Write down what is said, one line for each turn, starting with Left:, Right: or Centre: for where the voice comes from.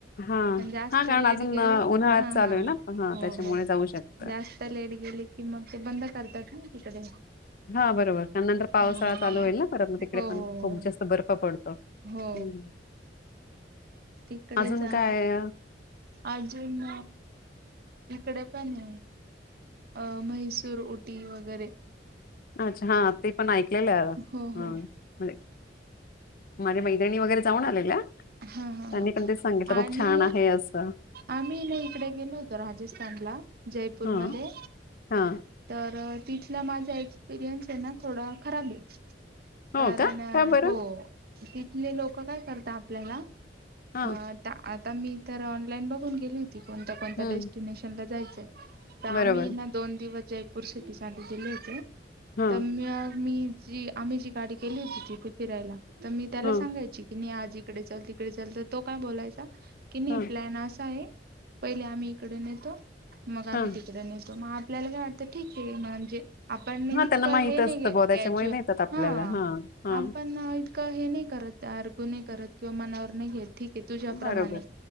Left: हा
Right: पण जास्त
Left: हा कारण
Right: लेट
Left: अजून
Right: गेले
Left: उन्हाळ्यात
Right: हा
Left: चालूय
Right: हा
Left: ना हा
Right: हो
Left: त्याच्यामुळे
Right: हो
Left: जाऊ शकतो.
Right: जास्त लाईट गेली कि मग ते बंद करतात. तिकडे
Left: हा बरोबर त्या नंतर पावसाळा
Right: ह
Left: चालू होईल ना परत मग तिकडे
Right: हो
Left: पण
Right: हो
Left: खूप
Right: हो
Left: जास्त बर्फ पडतो.
Right: हो.
Left: हम्म
Right: तिकडे
Left: अजून
Right: जा
Left: काय अ,
Right: अजून. इकडे पण आहे. अं म्हैसूर उऊटी वगैरे.
Left: अच्छा. हा ते पण ऐकलेलं
Right: हो
Left: ह.
Right: हो
Left: माझे मैत्रिणी वगैरे. जाऊन आलेल्या.
Right: हा, हा, हा
Left: त्यांनी पण तेच सांगितलं खूप
Right: आणि
Left: छान आहे असं
Right: आम्ही ना इकडे गेलो होतो. राजस्थानला जयपूरमध्ये
Left: हा हा
Right: तर. तिथला माझा एक्सपिरियन्स आहे ना थोडा खराब आहे.
Left: हो
Right: कारण
Left: का का बरं
Right: हो. तिथले लोक काय करतात. आपल्याला.
Left: हा
Right: अ आता आत. आता मी तर ऑनलाईन बघून गेली. त कोणत्या कोणत्या
Left: हम्म
Right: डेस्टिनेशन ला जायच. आम्ही
Left: बरोबर
Right: ना दोन दिवस. जयपूर सिटीसाठी दिले होते.
Left: हा
Right: तर मगं मी. जी आम्ही जी गाडी केली होती तिथे फिरायला. तर मी त्याला
Left: हा
Right: सांगायची की नाही आजी. इकडे चल तिकडे चल तर तो काय बोलायचा की नाही
Left: हा
Right: प्लॅन असा आहे पहिले आम्ही इकडे नेतो. मग आम्ही
Left: हा
Right: तिकडे नेेतो मगं आत आपल्याला काय वाटतं ठीक आहे. म्हणजे आपण
Left: हा
Right: इतकं
Left: त्यांना माहित
Right: हे नाही
Left: असतं
Right: घेत,
Left: ब त्याच्यामुळे
Right: कॅज्युल
Left: नेतात आपल्याला
Right: हा
Left: हा
Right: आपण इतकं हे नाही करत तर कुणी करत. किंवा मनावर नाही घेत. ठीक आहे, तुझ्याप्रमाणे
Left: बरोबर